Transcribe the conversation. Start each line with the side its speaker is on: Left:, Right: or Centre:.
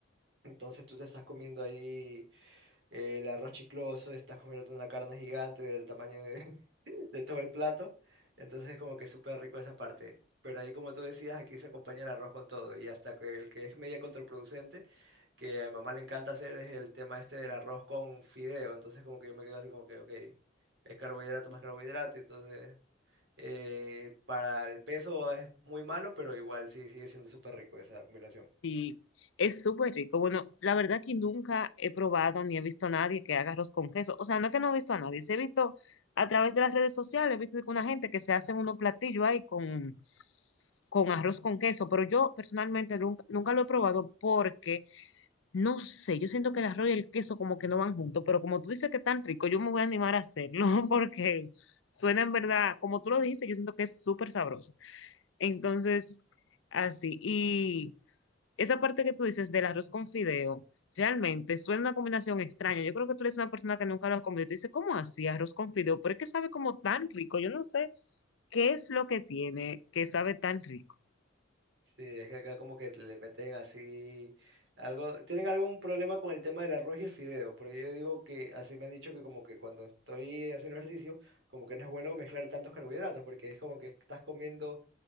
Right: Entonces tú te estás comiendo ahí eh, el arroz chicloso, estás comiendo una carne gigante del tamaño de, <laughs> de todo el plato. Entonces como que súper rico esa parte. Pero ahí como tú decías, aquí se acompaña el arroz con todo. Y hasta que el que es media contraproducente, que a mi mamá le encanta hacer, es el tema este del arroz con fideo. Entonces como que yo me quedo así como que, ok, es carbohidrato más carbohidrato. Entonces eh, para el peso es muy malo, pero igual sí sigue siendo súper rico esa combinación.
Left: Sí, es súper rico. Bueno, la verdad que nunca he probado ni he visto a nadie que haga arroz con queso. O sea, no es que no he visto a nadie, sí he visto a través de las redes sociales, he visto que una gente que se hace unos platillos ahí con, con arroz con queso, pero yo personalmente nunca, nunca lo he probado porque, no sé, yo siento que el arroz y el queso como que no van juntos, pero como tú dices que es tan rico, yo me voy a animar a hacerlo <laughs> porque suena en verdad, como tú lo dijiste, yo siento que es súper sabroso. Entonces, así, y... Esa parte que tú dices del arroz con fideo, realmente suena una combinación extraña. Yo creo que tú eres una persona que nunca lo ha comido y te dice, ¿cómo así arroz con fideo? Pero es que sabe como tan rico. Yo no sé qué es lo que tiene que sabe tan rico.
Right: Sí, es que acá como que le meten así algo, tienen algún problema con el tema del arroz y el fideo, porque yo digo que así me han dicho que como que cuando estoy haciendo ejercicio, como que no es bueno mezclar tantos carbohidratos, porque es como que estás comiendo